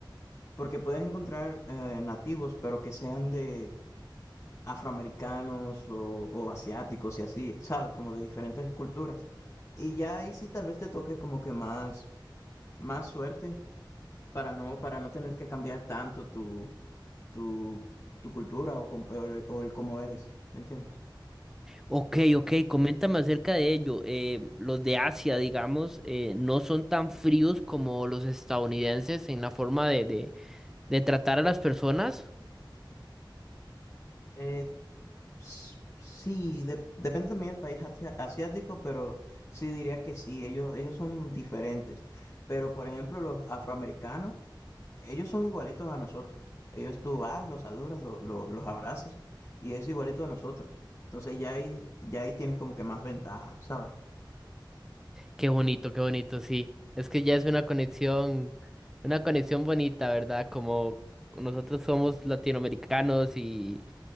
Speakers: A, on the left; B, in the centre.
A: porque puedes encontrar eh, nativos, pero que sean de, afroamericanos o, o asiáticos y así, ¿sabes? Como de diferentes culturas. Y ya ahí sí tal vez te toque como que más, más suerte para no, para no tener que cambiar tanto tu, tu, tu cultura o, com- o el o el cómo eres, ¿me entiendes?
B: Ok, ok, coméntame acerca de ello. Eh, los de Asia, digamos, eh, no son tan fríos como los estadounidenses en la forma de, de, de tratar a las personas.
A: Eh, s- sí, de- depende también del país asia- asiático, pero sí diría que sí, ellos, ellos son diferentes. Pero por ejemplo, los afroamericanos Ellos son igualitos a nosotros. Ellos tú vas, los saludas, lo- lo- los abrazas y es igualito a nosotros. Entonces ya ahí, ya ahí tienes como que más ventaja, ¿sabes?
B: Qué bonito, qué bonito, sí. Es que ya es una conexión, una conexión bonita, ¿verdad? Como nosotros somos latinoamericanos y